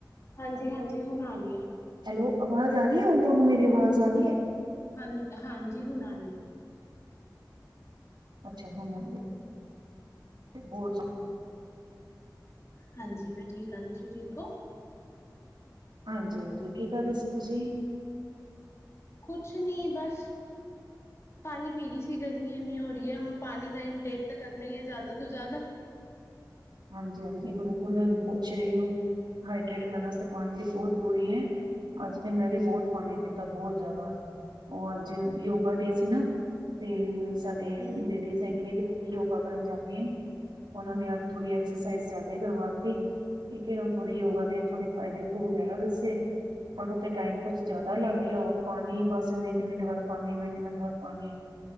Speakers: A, on the left; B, on the right.
A: ਹਾਂਜੀ-ਹਾਂਜੀ ਹੁਣ ਆ ਰਹੀ ਏ,
B: ਹੈਲੋ ਆਵਾਜ ਆ ਰਹੀ ਹੈ ਹੁਣ ਤੁਹਾਨੂੰ ਮੇਰੀ ਆਵਾਜ਼ ਆ ਰਹੀ,
A: ਹਾਂ ਹਾਂਜੀ ਹੁਣ ਆ ਰਹੀ,
B: ਅੱਛਾ ਹੁਣ ਅ ਹੋਰ ਸੁਣਾਓ?
A: ਹਾਂਜੀ ਮੈਂ ਠੀਕ ਹਾਂ, ਤੁਸੀਂ ਠੀਕ ਹੋ?
B: ਹਾਂਜੀ-ਹਾਂਜੀ, ਕੀ ਕਰ ਰਹੇ ਸੀ ਤੁਸੀਂ?
A: ਕੁਛ ਨੀ ਬਸ,
B: <inaudible>
A: ਪਾਣੀ ਪੀ ਰਹੀ ਸੀ ਗਰਮੀ ਇੰਨੀ ਹੋ ਰਹੀ ਹੈ ਹੁਣ ਪਾਣੀ ਦਾ ਇਨਟੇਕ ਤਾਂ ਕਰਨਾ ਹੀ ਹੈ ਜ਼ਿਆਦਾ ਤੋਂ ਜ਼ਿਆਦਾ,
B: ਹਾਂਜੀ-ਹਾਂਜੀ ਬਿਲਕੁਲ ਸਰੀਰ ਨੂੰ, ਹਾਈਡ੍ਰਟ ਕਰਨ ਵਾਸਤੇ ਪਾਣੀ ਦੀ ਬਹੁਤ ਜ਼ਰੂਰੀ ਹੈ। ਅੱਜ ਤੇ ਮੈਂ ਵੀ ਬਹੁਤ ਪਾਣੀ ਪੀਤਾ ਬਹੁਤ ਜ਼ਿਆਦਾ, ਉਹ ਅੱਜ ਯੋਗਾ ਡੇ ਸੀ ਨਾ। ਤੇ ਸਾਡੇ
A: ਹੂੰ,
B: ਲੇਡੀਜ਼ ਹੈਗੇ ਜਿੱਥੇ ਮੈਂ ਯੋਗਾ ਕਰਨ ਜਾਂਦੀ ਐ ਉਹਨਾ ਨੇ ਅੱਜ ਥੋੜੀ ਐਕਸਰਸਾਈਜ਼ ਜ਼ਿਆਦਾ ਹੀ ਕਰਵਾਤੀ ਠੀਕੇ ਉਹ ਥੋੜੀ ਯੋਗਾ ਥੋੜੇ ਫਾਇਦੇ ਕੂ ਗੈਰਾ ਦੱਸੇ ਉੱਥੇ ਟਾਈਮ ਕੁਛ ਜਿਆਦਾ ਲੱਗ ਗਿਆ ਉਹ। ਪਾਣੀ, ਬਸ ਮਿੰਟ-ਮਿੰਟ ਬਾਅਦ ਪਾਣੀ, ਮਿੰਟ-ਮਿੰਟ ਬਾਅਦ ਪਾਣੀ।